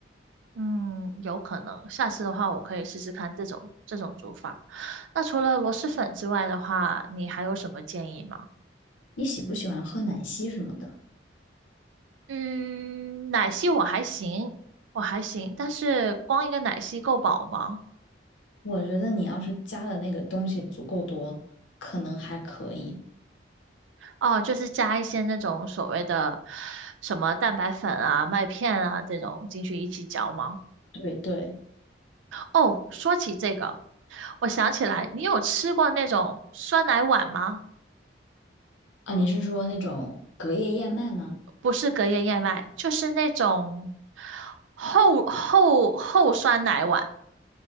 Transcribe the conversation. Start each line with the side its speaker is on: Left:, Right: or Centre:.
Right: 嗯，有可能，下次的话我可以试试看这种这种煮法。那除了螺蛳粉之外的话，你还有什么建议吗？
Left: 你喜不喜欢喝奶昔什么的？
Right: 嗯，奶昔我还行，我还行，但是光一个奶昔够饱吗？
Left: 我觉得你要是加的那个东西足够多，可能还可以。
Right: 哦，就是加一些那种所谓的什么蛋白粉啊、麦片啊这种进去一起嚼吗？
Left: 对对，
Right: 哦，说起这个，我想起来，你有吃过那种酸奶碗吗？
Left: 啊，你是说那种隔夜燕麦吗？
Right: 不是隔夜燕麦，就是那种厚厚厚酸奶碗，